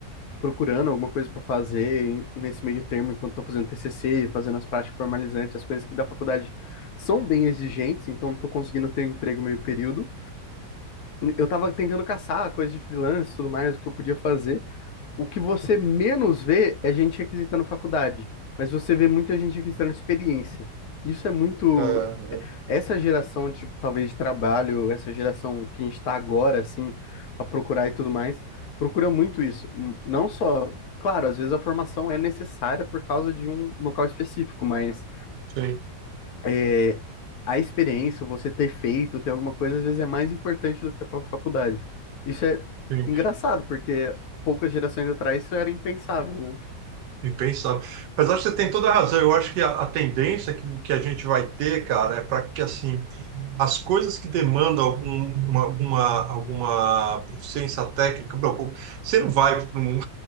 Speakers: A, on the left; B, on the right.
A: procurando alguma coisa para fazer nesse meio termo, enquanto estou fazendo TCC, fazendo as práticas formalizantes, as coisas que da faculdade são bem exigentes, então não estou conseguindo ter um emprego meio período. Eu estava tentando caçar coisa de freelance e tudo mais, o que eu podia fazer. O que você menos vê é gente requisitando faculdade, mas você vê muita gente requisitando experiência. Isso é muito,
B: É,
A: essa geração, tipo, talvez de trabalho, essa geração que a gente está agora, assim, a procurar e tudo mais, procura muito isso. Hum, Não só, claro, às vezes a formação é necessária por causa de um local específico, mas
B: sim,
A: é, a experiência, você ter feito, ter alguma coisa, às vezes é mais importante do que a própria faculdade. Isso é
B: sim.
A: engraçado, porque poucas gerações atrás isso era impensável, né?
B: Impensável. Mas acho que você tem toda a razão. Eu acho que a, a tendência que, que a gente vai ter, cara, é para que assim as coisas que demandam algum, uma, alguma, alguma proficiência técnica, bom, você não vai para um,